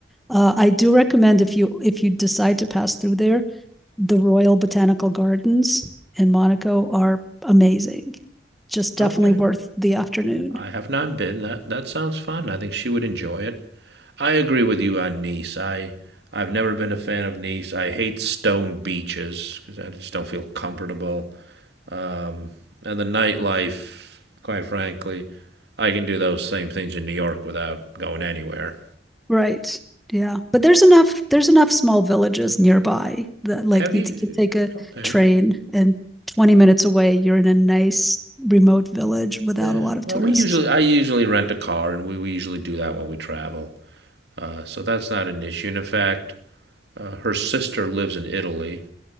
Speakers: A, in the centre; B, on the right (about 65°).
A: Uh, I do recommend if you, if you decide to pass through there, the Royal Botanical Gardens in Monaco are amazing. Just definitely
B: Okay.
A: worth the afternoon.
B: I have not been. That that sounds fun. I think she would enjoy it. I agree with you on Nice. I I've never been a fan of Nice. I hate stone beaches because I just don't feel comfortable. Um, and the nightlife, quite frankly, I can do those same things in New York without going anywhere.
A: Right. Yeah. But there's enough there's enough small villages nearby that like
B: Have
A: you
B: you?
A: t- could take a
B: Okay.
A: train and 20 minutes away you're in a nice remote village without
B: Yeah.
A: a lot of
B: Well,
A: tourists.
B: we usually I usually rent a car, and we, we usually do that when we travel. Uh, so that's not an issue. And in fact, uh, her sister lives in Italy,